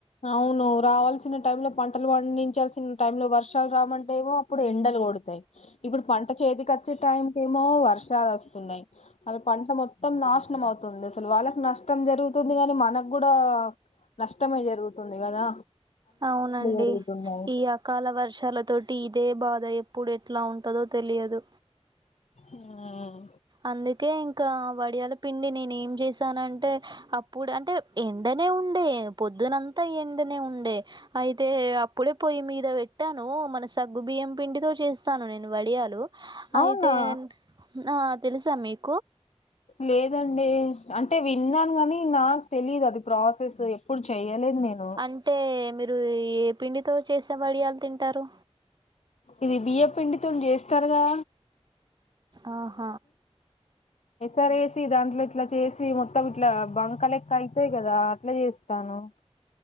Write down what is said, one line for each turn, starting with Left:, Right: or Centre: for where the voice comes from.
Left: అవును రావాల్సిన టైమ్లో పంటలు పండించాల్సిన టైం లో వర్షాలు రామంటేమో అప్పుడు ఎండలు కొడతాయి ఇప్పుడు పంట చేతికొచ్చే టైమ్ కేమో వర్షాలు వస్తున్నాయి అవి పంట మొత్తం నాశనం అవుతుంది అసలు వాళ్ళకి నష్టం జరుగుతుంది గాని మనకు కూడ నష్టమే జరుగుత తుంది కదా
Right: అవునండి
Left: పెరుగుతున్నాయి
Right: ఈ అకాల వర్షాల తోటి అదే బాధ ఎప్పుడు ఎట్లా ఉంటదో తెలియదు
Left: ఉమ్.
Right: అందుకే ఇంకా వడియాల పిండి నేనేం చేశానంటే అప్పుడు అంటే ఎండనే ఉండే పొద్దునంతా ఎండ నె ఉండె అయితే అప్పుడే పోయి మీద పెట్ట నేను మన సగ్గు బియ్యం పిండితో చేస్తాను నేను వడియాలు
Left: అవునా
Right: అయితే ఆ తెలుస మీక్
Left: లేదండి అంటే విన్నాను కానీ నాక్ తెలీదు అది ప్రాసెస్ ఎప్పుడు చెయలేదు నేను
Right: అంటే మీరు ఏ పిండితో చేసే వడియల్ తింటారు
Left: ఇవి బియ్య పిండితో చేస్తారు కదా
Right: ఆహ
Left: పెసర్ వేసి దాంట్లో ఇట్లా చేసి మొత్తం ఇట్లా బంక లెక్క అవుతాయి కదా అట్లా చేస్తాను అవ్